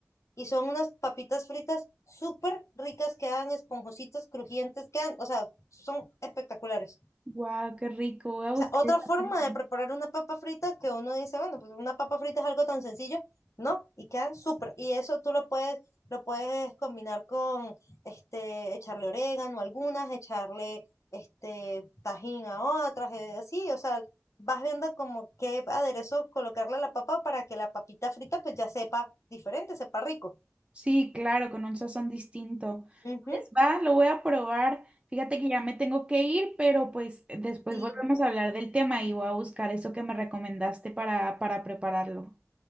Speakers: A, on the left; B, on the right.
A: y son unas papitas fritas súper ricas, quedan esponjositas, crujientes, quedan, o sea, son espectaculares
B: Wow, qué rico. Voy a
A: sea,
B: buscar.
A: otra
B: esa
A: forma
B: página.
A: de preparar una papa frita que uno dice, bueno, pues una papa frita es algo tan sencillo, ¿no? Y quedan súper. Y eso tú lo puedes, lo puedes combinar con, este, echarle orégano a algunas, echarle, este, tajín a otras, eh, así, o sea, vas viendo como qué aderezo colocarle a la papa para que la papita frita pues ya sepa diferente, sepa rico.
B: Sí, claro, con un sazón distinto.
A: Ujú,
B: Pues va, lo voy a probar. Fíjate que ya me tengo que ir, pero pues eh, después
A: sí,
B: volvemos a hablar del tema y voy a buscar eso que me recomendaste para, para prepararlo.